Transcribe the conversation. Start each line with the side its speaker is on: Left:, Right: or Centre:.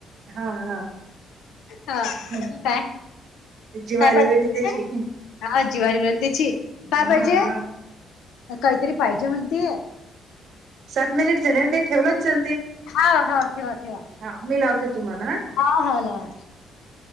Right: हा हा
Left: हा
Right: हं.
Left: काय?
Right: ते जिवारी
Left: काय पाहिजेलाय?
Right: रेडी त्याची
Left: हा जीवारी बल त्याची, काय
Right: हा
Left: पाहिजे?
Right: हा
Left: काहीतरी पाहिजे म्हणतीये.
Right: सात मिनिट जलन ते ठेवलंच चलते.
Left: हा हो ठेवा ठेवा.
Right: हा मी लावते तुम्हाला हा.
Left: हा हा लावा.